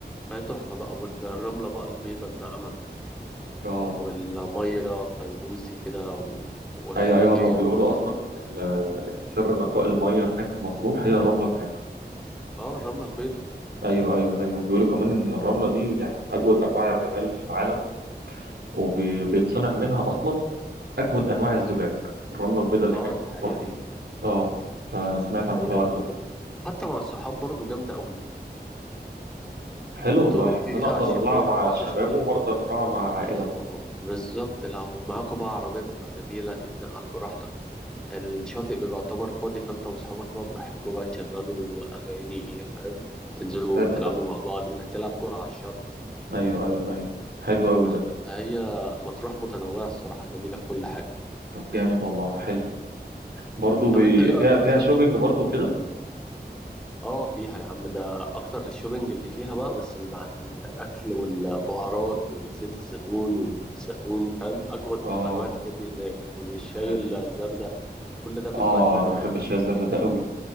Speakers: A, in the centre; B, on the right (about 75°).
A: فهي تحفة بقى والرملة بقى البيضة الناعمة
B: اه
A: والمية فيروزي كده و... ونقية
B: ايوه ايوه هما بيقولوا اصلا ان ال- سر نقاء الميه هناك في مطروح هي الرمله بتاعتها
A: اه الرملة البيضة
B: ايوه ايوه ايوه بيقولوا كمان ان الرمله دي يعني من اجود انواع الرمال في العالم وبيتصنع منها اصلا اجود انواع الزجاج الرمله البيضاء اللي
A: اه
B: هناك
A: دي
B: في
A: حقيقة
B: مطروح دي اه فانا سمعت
A: دي حقيقة
B: عن الحوار
A: جميلة
B: ده
A: جدا حتى مع الصحاب برضو جامدة قوي
B: حلو
A: الطرق
B: والله يعني
A: فيها
B: انا اقدر
A: عشان
B: اطلع
A: بعيد
B: مع
A: عن بعض
B: الشباب
A: شوية
B: واقدر اطلع مع عائله
A: اه
B: برضه
A: بالظبط لو معاكوا بقى عربية بتبقى جميلة تتنقل براحتك الشاطئ بيبقى يعتبر فاضي فانت واصحابك بقى براحتكوا بقى تشغلوا اغاني فاهم تنزلوا
B: حلو
A: تلعبوا
B: ده
A: مع بعض ممكن تلعب كرة على الشط
B: ايوه ايوه ايوه حلو قوي
A: فاهم
B: ده
A: فهي مطروح متنوعة الصراحة جميلة في كل حاجة
B: طب جامد والله حلو برضه
A: طب
B: بي...
A: انت ايه رأيك
B: فيها
A: مثلا
B: فيها شوبينج برضه وكده
A: اه فيها يا عم ده اكتر الشوبينج اللي فيها بقى بس بيبقى عن الاكل والبهارات والزيت الزيتون والزيتون فاهم اجود
B: اه
A: انواع الحاجات دي هناك والشاي
B: حلو
A: الزردة كل ده بيتباع
B: اه
A: هناك
B: انا
A: تحفه
B: بحب الشاي الزرد ده قوي